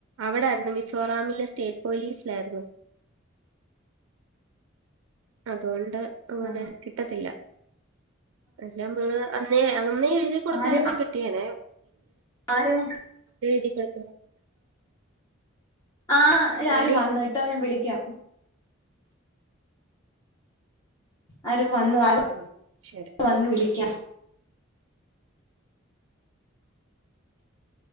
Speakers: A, on the right; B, on the left.
A: അവ്ടായ്ര്ന്നു മിസോറാമിലെ സ്റ്റേറ്റ് പോലീസ്‌ലായ്ര്ന്നു അതുകൊൺ ണ്ട് അങ്ങനെ
B: ആ.
A: കിട്ടത്തില്ല ത് അമ്മള് അന്നേ അന്നേ എഴ്തി കൊട്ത്തായ്ര്ന്നെ
B: ആര്
A: കിട്ടിയേനെ
B: ആരോ
A: എഴ്തി കൊട്
B: ആഹ്
A: എന്തോടി
B: ആരാേ വന്ന് കേട്ടോ ഞാൻ വിളിക്കാം ആര് വന്നു ആരോ
A: ആ ശരി
B: വന്ന് വിളിക്കാം